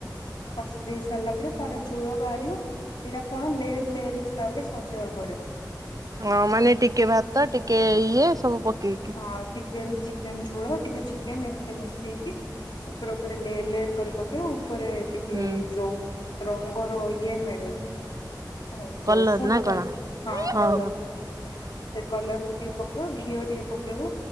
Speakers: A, on the left; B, on the right.
A: କଷି ଦେଇ ସା ରିଲା ପରେ ତାର ଝୋଳ ବାହାରିବ ଏଇଟା କଣ ଲେଏରେ ଲେଏରେ ହିସାବରେ ସଜା ହବ।
B: ହଁ ମାନେ ଟିକେ ଭାତ ଟିକେ ଏଇ ସବୁ ପକେଇକି
A: ହଁ ଚିକେନ୍। ଚିକେନ୍ ଝୋଳ ଟିକେ ଚିକେନ୍ ଏମିତି ମିଶେଇକି ଉପରେ ଉପରେ ଲେୟର ଲେୟର କରି ପକେଇବୁ। ଉପରେ ଟିକେ
B: ହୁଁ
A: ଯୋ ରଙ୍ଗର ଇଏ ମେ ହ
B: କଲର
A: ଯୋଉ ଫୁଟ
B: ନା
A: କଲ୍
B: କଣ
A: ହଁ କଲର
B: ଓହୋ।
A: ସେ କଲରକୁ ଟିକେ ପକେଇବ ଘିଅ ଟିକେ ପକେଇବ